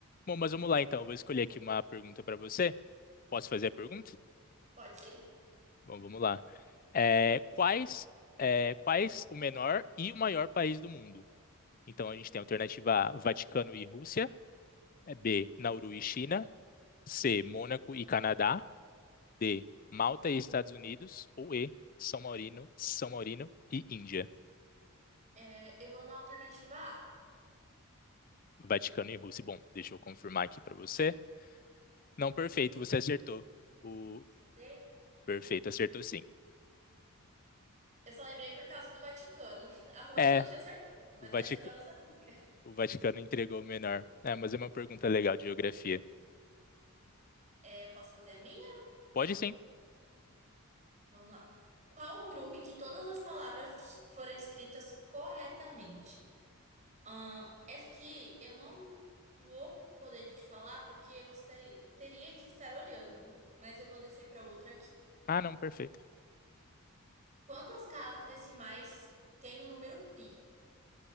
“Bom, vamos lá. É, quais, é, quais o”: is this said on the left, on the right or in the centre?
Left